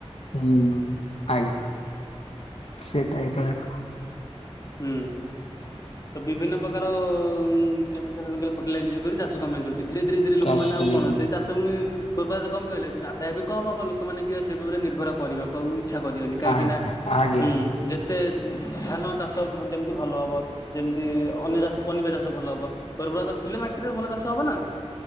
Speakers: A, on the left (about 70°); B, on the left (about 35°).
A: ହୁଁ ଆଜ୍ଞା ସେ ଟାଇପର
B: ହୁଁ। ତ ବିଭିନ୍ନ ପ୍ରକାର କେମିକାଲ୍ ଫେମିକାଲ୍ ଫର୍ଟିଲାଇଜ୍‌ ଯୁଗରେ ଚାଷ କାମ ହେଇଯାଉଛି। ଧୀରେ ଧୀରେ ଧୀରେ ଲୋକମାନେ
A: ଚାଷ
B: ଆଉ
A: କମେଇ
B: କଣ
A: ଦଉଛି
B: ସେଇ ଚାଷ ଜମି ଉର୍ବରତା କମିଗଲେ ଆଦାୟ ବି କମ୍ ହବ ଲୋକମାନେ କି ସେ ଉପରେ ନିର୍ଭର କରିବ କୋଉ ଇଚ୍ଛା କରିବେନି କାହିଁକି
A: ଆଜ୍ଞା
B: ନା
A: ଆଜ୍ଞା
B: ହୁଁ ଯେତେ ଧାନ ଚାଷ ଯେମତି ଭଲ ହବ। ଯେମିତି ଅନ୍ୟ ଚାଷ ପନିିବା ଚାଷ ଭଲ ହବ ଉର୍ବରତା ଥିଲେ ମାଟିରେ ଭଲ ଚାଷ ହବ ନା।